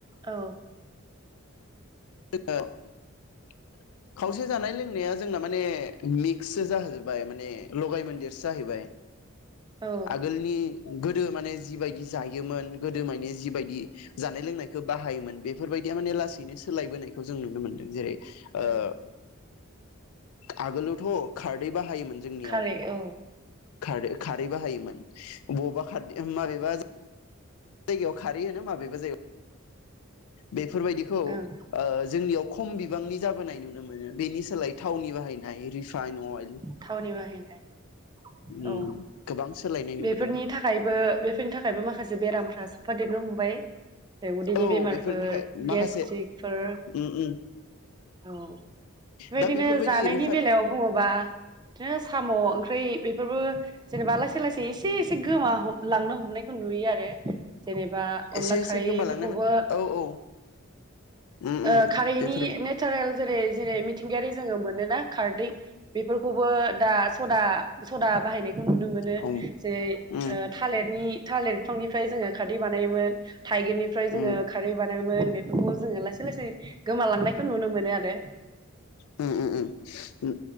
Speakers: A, on the right (about 20°); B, on the left (about 80°).
A: औ
B: <unintelligible> खावसे जानाय लोंनाया जोंना माने मिक्ससो जाहोबाय माने लगाय मोनदेरसो जाहैबाय।
A: औ
B: आगोलनि गोदो माने जिबायदि जायोमोन गोदो माने जिबायदि जानाय लोंनायखो बाहायोमोन बेफोरबायदिया माने लासैनो सोलायबोनायखौ जों नुनो मोन्दों जेरै
A: औ
B: ओ आगोलावथ' खारदै बाहायोमोन जोंनियाव
A: खारै औ
B: खारो खारै बाहायोमोन। मोन बबबा खारदै माबेबा जाय जायगायाव खारै होनो माबेबा जाय बे फोरबायदिखौ ओ
A: ओं
B: जोंनियाव खम बिबांनि जाबोनाय नुनो मोनो बेनि सोलाय थावनि बाहायनाय रिफाइन अइल
A: थावनि बाहायनाय
B: उम
A: औ
B: गोबां सोलायनाय
A: बेफोरनि
B: नुबोदों
A: थाखायबो बेफोरनि थाखायबो माखासे बेराम साफा देरनो हमबाय बे उदैनि
B: औ
A: बेमारफोर
B: बेफोरनि थाखाय माखासे
A: गेस्ट्रिकफोर
B: उम उम
A: औ बेबायदिनो
B: दा बेफोरबायदि
A: जानायनि
B: रिफाइ
A: बेलायाव बुङोबा बिदिनो साम' ओंख्रै बेफोरबो जेनेबा लासै लासै एसे एसे गोमा लांनो हमनाय नुयो आरो जेनेबा अनला
B: एसे एसे
A: खारैफोरखौबो
B: गोमालांनायमोन औ औ उम उम
A: ओ खारैनि
B: बेफोर
A: नेचारेल जेरै जेरै मिथिंगायारि जोङो मोनोना खारदै बेफोरखौबो दा सदा सदा बाहायनाय खौ नुनो मोनो
B: औ उम
A: जेरै
B: उम
A: ओ थालिरनि थालिर फिफांनिफ्राय जोङो खारदै बानायोमोन थाइगिरनिफ्राय जोङो
B: उम
A: खारै बानायोमोन बेफोरखौ जो ला सै लासै गोमालांनायखौ नुनो मोनो आरो
B: उम उम